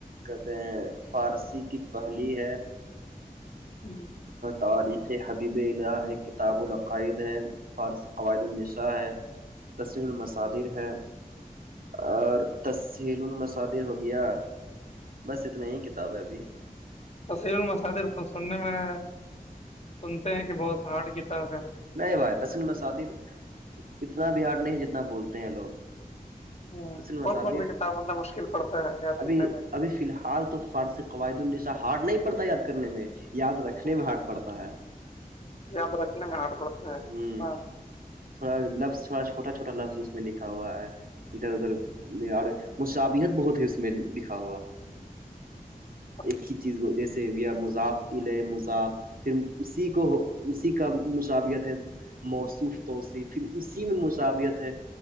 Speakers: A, on the right (about 70°); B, on the left (about 45°).
A: کہتے ہیں فارسی کی پہلی ہے
B: ہی
A: تاریخ حبیب ال ہے کتاب العقائد ہے فارض قواعد النساں ہے تسہیر المصادر
B: ہوں،
A: ہے اور تسل المسادر ہو گیا بس اتنا ہی کتاب ہے ابھی
B: تسیول مسادر پسند ہے سنتے ہیں کہ بہت ہارڈ کتاب ہے
A: نہیں بھائی تسل مصادر اتنا بہار نہیں جتنا بولتے ہیں لوگ
B: ہ
A: تسل مسادر
B: کون کون سی کتاب مطلب مشکل پڑتا ہے یاد کرنے
A: ابھی
B: میں
A: ابھی فی الحال تو فارسی قوعد النسا ہار نہیں پڑتا یاد کرنے میں یاد رکھنے
B: ہوں،
A: میں ہارڑ پڑتا ہے
B: یاد رکھنے میں ہارٹ پڑتا ہے
A: ہوں
B: ہاں
A: تھوڑا لفظ تھوڑا چھوٹا چھوٹا لفظ اس میں لکھا ہوا ہے ادھر ادھر اور مصابیت بہت ہے اس میں لکھا ہوا
B: <inaudible>
A: ایک ہی چیز کو جیسے ویا مزاف الے مذاف پھر اسی کو اسی کا مشابت ہے موصف توسیعف پھر اسی میں مشابہت ہے